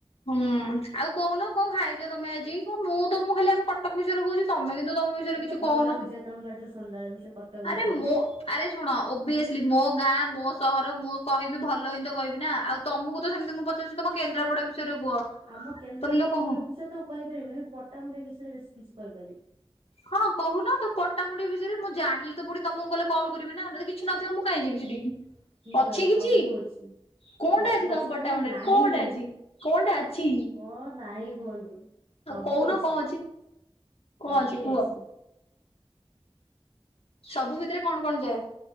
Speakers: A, on the left; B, on the right.
A: ହୁଁ ଆଉ କୋହୁନ କଣ ଖାଇଚ ତମେ ଆଜି? ହ ମୁଁ ତମକୁ ଖାଲି ଆମ କଟକ ବିଷୟରେ କୋହୁଚି ତମେ କିନ୍ତୁ ତମ ବିଷୟରେ
B: ମତେ
A: କିଛି
B: ଭଲ
A: କୋହୁନ
B: ଲାଗୁଛି ତମ ପାଟିରୁ ଶୁଣିଲା ବେଳକୁ ସେ କଟକ ବିଷୟରେ।
A: ଆରେ ମୋ ଆରେ ଶୁଣ ଓବିଏସେଲି ମୋ ଗାଁ ମୋ ସହର ମୁଁ କହିବି ଭଲ ହିଁ ତ କହିବି ନା ଆଉ ତମକୁ ତ ସେମିତି ମୁଁ ପଚାରୁଚି ତମ କେନ୍ଦ୍ରାପଡ଼ା ବିଷୟରେ କୁହ।
B: ଆମ କେନ୍ଦ୍ରାପଡା
A: ତମେ ତ କହୁ
B: ବିଷୟରେ ତ ଆଉ କହିପାରିବିନି କିନ୍ତୁ ପଟ୍ଟାମୁଣ୍ଡେଇ ବିଷୟରେ ବେଶୀ କିଛି କହିପାରିବି।
A: ହଁ କୋହୁନ ତମ ପଟ୍ଟାମୁଣ୍ଡେଇ ବିଷୟରେ ମୁଁ ଜାଣିଲେ ତ ପୁଣି ତମକୁ ଗଲେ କଲ୍ କରିବି ନା ଯଦି କି କିଛି ନଥିବ ମୁଁ କାଇଁ ଯିବି ସେଠିକି।
B: କି
A: ଅଛି
B: ଲ ସବୁ
A: କିଛି
B: ଅଛି‌।
A: କଣଟା
B: ସବୁ
A: ତମ
B: ଅଛି
A: ପଟ୍ଟାମୁଣ୍ଡେଇ
B: କଣ ନାହିଁ
A: କଣଟା ଅଛି କଣଟା ଅଛି?
B: କଣ ନାହିଁ କୁହନ୍ତୁ।
A: ଆଉ
B: ସବୁ
A: କହୁନ
B: ଅଛି
A: କଣ କଣ
B: ସବୁ
A: କୁହ?
B: ଅଛି।
A: ସବୁ ଭିତରେ କଣ କଣ ଯାଏ?